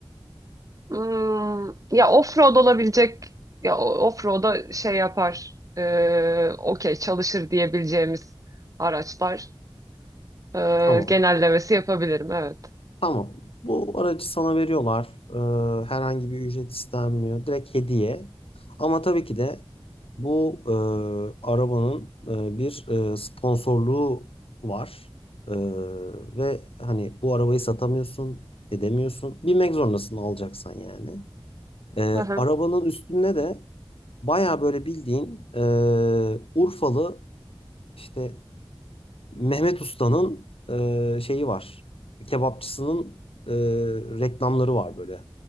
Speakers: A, on the right (about 35°); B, on the left (about 75°).
A: Hmm, ya off-road olabilecek ya o- off-road'a şey yapar. e, okey çalışır diyebileceğimiz araçlar e,
B: Tamam.
A: genellemesi yapabilirim evet.
B: Tamam. Bu aracı sana veriyorlar. Ee, herhangi bir ücret istenmiyor. Direkt hediye. Ama tabii ki de bu e, arabanın e, bir e, sponsorluğu var. Ee, ve hani bu arabayı satamıyorsun, edemiyorsun. Binmek zorundasın alacaksan yani. Ee,
A: Hı hı.
B: arabanın üstünde de baya böyle bildiğin e, Urfalı işte Mehmet Usta'nın e, şeyi var. Kebapçısının e, reklamları var böyle.